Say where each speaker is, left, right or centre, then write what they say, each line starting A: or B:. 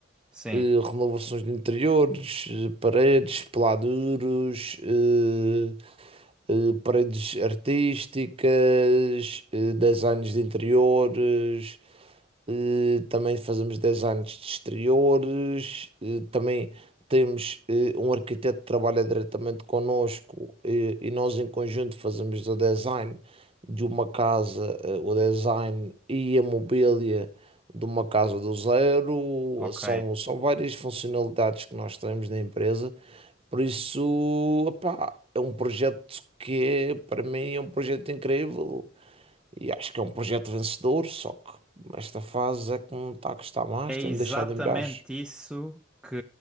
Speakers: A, in the centre; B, on the right (about 30°).
A: Sim,
B: eh, renovações de interiores, eh, paredes, peladuros, eh, eh, paredes artísticas, eh, designs de interiores, eh, também fazemos designs de exteriores, eh, também temos eh, um arquiteto que trabalha diretamente connosco eh, e nós em conjunto fazemos o design de uma casa, eh, o design e a mobília de uma casa do zero,
A: ok.
B: são, são várias funcionalidades que nós temos na empresa, por isso, opá, é um projeto que para mim é um projeto incrível e acho que é um projeto vencedor, só que esta fase é que me está a custar mais,
A: É
B: tem-me
A: exatamente
B: deixado em baixo.
A: isso que